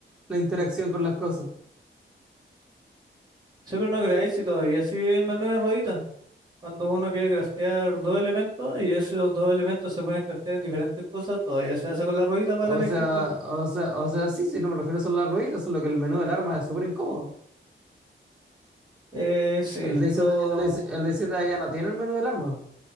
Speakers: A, in the centre; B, on the right.
A: la interacción con las cosas.
B: Sí, pero no creáis si todavía sigue el menú de rueditas. Cuando uno quiere craftear dos elementos y esos dos elementos se pueden craftear en diferentes cosas, todavía se hace con la ruedita para
A: O
B: elegir
A: sea,
B: cuál.
A: o sea, o sea, sí, sí, no me refiero solo a las rueditas, solo que el menú del arma es súper incómodo.
B: Eh, sí,
A: El DayZ,
B: lo...
A: el DayZ el DayZ ya no tiene el menú del arma.